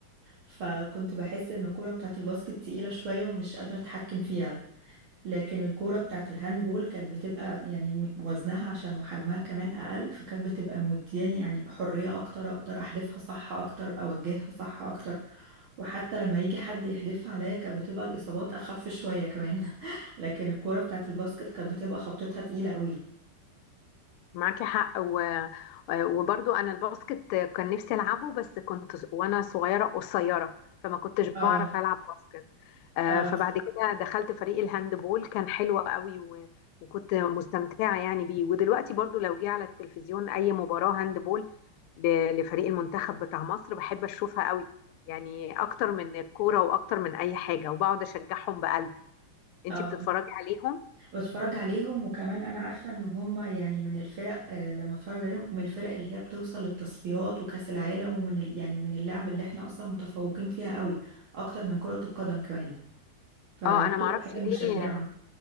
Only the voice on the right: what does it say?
فكنت بحس ان الكورة بتاعت الباسكت تقيلة شوية ومش قادرة اتحكم فيها لكن الكورة بتاعت الهاندبول كانت بتبقى يعني م- وزنها عشان وحجمها كمان اقل فكانت بتبقى مدياني يعني حرية اكتر اقدر احدفها صح اكتر اوجهها صح اكتر وحتى لما يجي حد يحدفها عليا كانت بتبقى الاصابات اخف شوية كمان <laughs> لكن الكورة بتاعت الباسكت كانت بتبقى خبطتها تقيلة قوي
اه
اه
اه
بتفرج عليهم وكمان انا عارفة ان هما يعني من الفرق آه، لما بتفرج عليهم من الفرق اللي هي بتوصل للتصفيات وكأس العالم ومن ال... يعني من اللعب اللي احنا اصلا متفوقين فيها قوي اكتر من كرة القدم كمان فدي
بتبقى
حاجة
مشجعة